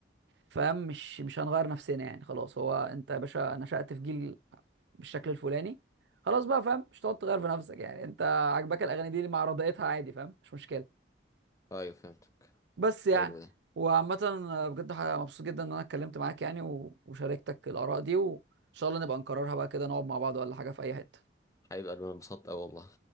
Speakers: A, on the right; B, on the left.
A: فاهم مش مش هنغير نفسنا يعني خلاص هو أنت يا باشا نشأت في جيل بالشكل الفلاني خلاص بقى فاهم مش هتقعد تغير في نفسك يعني أنت عاجباك الأغاني دي اللي مع رضايتها عادي فاهم مش مشكلة
B: ايوه فهمتك
A: بس يعني
B: حلو ده
A: وعامة آه، بجد ح- مبسوط جدا إن أنا اتكلمت معاك يعني و- وشاركتك الآراء دي وإن شاء الله نبقى نكررها بقى كده نقعد مع بعض ولا حاجة في أي حتة
B: هيبقى انا انبسطت اوي والله